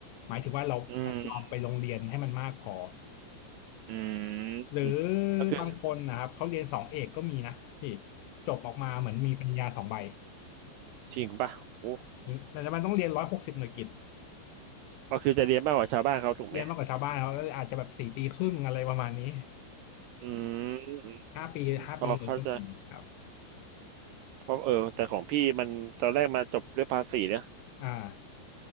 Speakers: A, on the left; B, on the right.
A: หมายถึงว่าเราเราลองไปโรงเรียนให้มันมากพอ
B: อืมอื
A: หรือ
B: มก็คือ
A: บางคนนะครับเขาเรียนสองเอกก็มีนะพี่จบออกมาเหมือนมีปริญญาสองใบ
B: จริงป่ะโอ้โห
A: หรือแต่มันต้องเรียนร้อยหกสิบหน่วยกิต
B: ก็คือจะเรียนมากกว่าชาวบ้านเขาถูกไหม
A: เรียนมากกว่าชาวบ้านเขาก็อาจจะแบบสี่ปีครึ่งอะไรประมาณนี้
B: อืมอืมอืมพอเขาใจะ
A: <laughs> ห้าปีห้าปีเลยก็มีครับ
B: เพราะเออแต่ของพี่มันตอนแรกมาจบด้วยภาษีนะ
A: อ่า